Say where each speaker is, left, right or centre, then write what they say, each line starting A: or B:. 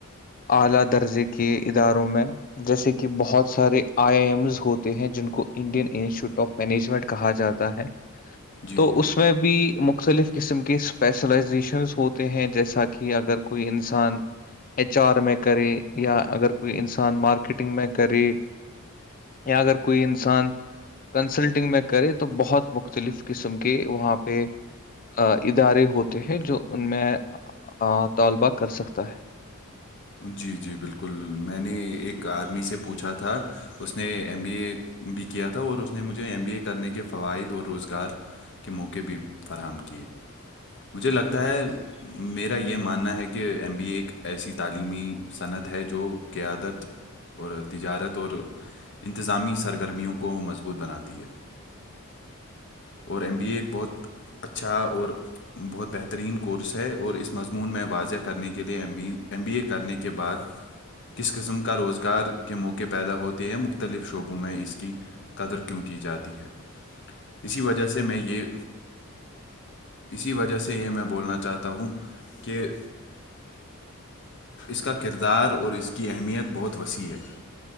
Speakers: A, on the left (about 40°); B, on the left (about 55°).
A: اعلی درجے کے اداروں میں جیسے کہ بہت سارے آئی آئی ایمز ہوتے ہیں جن کو انڈین انسٹیٹیوٹ آف مینجمنٹ کہا جاتا ہے
B: جی
A: تو
B: جی
A: اس میں بھی بھی مختلف قسم کے اسپیشلزیشن ہوتے ہیں جیسا کہ اگر کوئی انسان ایچ آر میں کرے یا اگر کوئی انسان مارکیٹنگ میں کرے یا اگر کوئی انسان کنسلٹنگ میں کرے تو بہت مختلف قسم کے وہاں پہ ادارے ہوتے ہیں جو ان میں طالبہ کر سکتا ہے
B: جی جی بالکل میں نے ایک آدمی سے پوچھا تھا اس نے ایم بی اے بھی کیا تھا اور اس نے مجھے ایم بی اے کرنے کے فوائد اور روزگار کے موقعے بھی فراہم کیے مجھے لگتا ہے میرا یہ ماننا ہے کہ ایم بی اے ایسی تعلیمی سنعت ہے جو قیادت اور تجارت اور انتظامی سرگرمیوں کو مضبوط بناتی ہے اور ایم بی اے ایک بہت اچھا اور بہت بہترین کورس ہے اور اس مضمون میں واضح کرنے کے لئے E B M B A کرنے کے بعد کس قسم کا روزگار کے موقعے پیدا ہوتے ہیں مختلف شعبوں میں اس کی قدر کیوں کی جاتی ہے اسی وجہ سے میں یہ اسی وجہ سے یہ میں بولنا چاہتا ہوں کہ اس کا کردار اور اس کی اہمیت بہت وسیع ہے